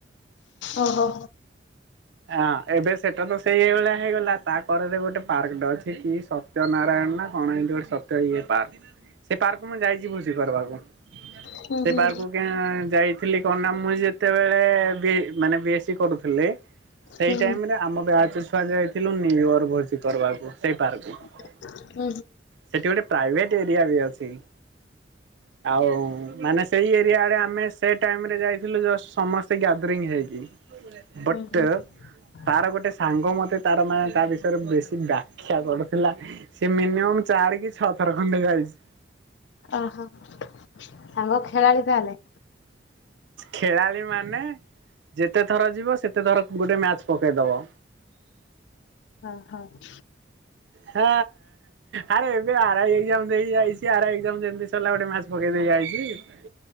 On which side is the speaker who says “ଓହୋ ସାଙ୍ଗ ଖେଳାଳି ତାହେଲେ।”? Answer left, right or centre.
Left